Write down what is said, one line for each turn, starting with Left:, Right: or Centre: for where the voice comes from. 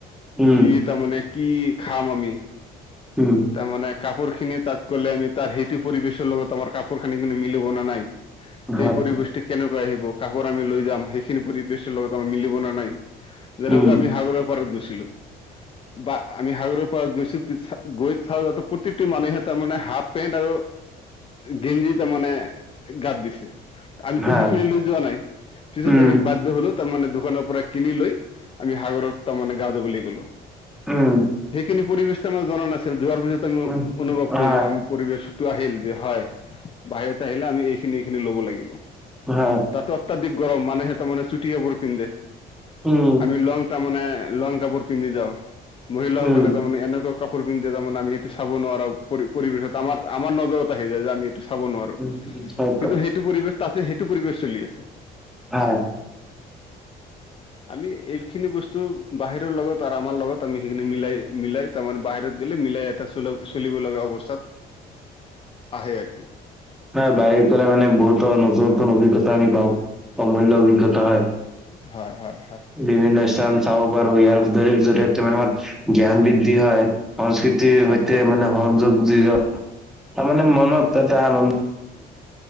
Centre: উম
Left: কি তাৰমানে কি খাম আমি?
Centre: উম,
Left: তাৰমানে কাপোৰ খিনি তাত কৰিলে আমি তাৰ সেইটো পৰিৱেশৰ লগত আমাৰ কাপোৰ খানি কিন্তু মিলিব নে নাই? সেই
Centre: হয়
Left: পৰিবেশটো কেনেকুৱা আহিব কাপোৰ আমি লৈ যাম সেইখিনি পৰিবেশৰ লগত আমি মিলিব না নাই? যেনেকা
Centre: উম
Left: আমি সাগৰৰ পাৰত গৈছিলো। বা আমি সাগৰৰ পৰা গৈছোঁ গৈ চাওঁ যাতে প্ৰত্যেকটো মানুহে তাৰমানে হাফ পেণ্ট আৰু গেঞ্জি তাৰমানে গাত দিছে। আমিতো
Centre: হয়
Left: সেইখিনি লৈ যোৱা নাই পিছত
Centre: উম
Left: আমি বাধ্য হলো তাৰমানে দোকানৰ পৰা কিনি লৈ আমি সাগৰত তাৰমানে গা ধুবলৈ গলো।
Centre: উম
Left: সেইখিনি পৰিবেশ ত' আমাৰ জনা নাছিল যোৱাৰ পিছত আমি
Centre: উম,
Left: অনুভৱ
Centre: হয়
Left: কৰিলো আমি পৰিৱেশটো আহিল যে হয় বাহিৰতে আহিলে আমি এইখিনি এইখিনি ল'ব লাগিব।
Centre: হাঁ?
Left: তাতো অত্যাধিক গৰম মানুহে তাৰ মানে চুটি কাপোৰ পিন্ধে
Centre: উম
Left: আমি লং তাৰমানে লং কাপোৰ পিন্ধি যাওঁ, মহিলাসকলে
Centre: উম
Left: তাৰমানে এনেকুৱা ফ পিন্ধে তাৰমানে আমি সেইটো চাব নোৱাৰো পৰি পৰিৱেশত আমাৰ আমাৰ নজৰত আহি যায় যে আমি চাব নোৱাৰো
Centre: হয়।
Left: কিন্তু সেইটো পৰিৱেশ তাতে সেইটো পৰিবেশ চলি আছে
Centre: হয়
Left: আমি এইখিনি বস্তু বাহিৰৰ লগত আৰু আমাৰ লগত। আমি সেইখিনি মিলাই মিলাই তাৰমানে বাহিৰত গ'লে মিলাই এটা চল চলিব লগা অৱস্থাত। আহে আৰু কি।
Centre: হয় বাহিৰত গ'লে মানে বহুতো নতুন নতুন অভিজ্ঞতা আমি পাওঁ। অমূল্য অভিজ্ঞতা হয়
Left: হয় হয়
Centre: বিভিন্ন স্থান চাব পাৰো ইয়াৰ জ জৰিয়তে মানে আমাৰ জ্ঞান বৃদ্ধি হয় সংস্কৃত সৈতে
Left: হয় হয়
Centre: মানে সংযোগ জীৱ তাৰ মানে মনত এটা আনন্দ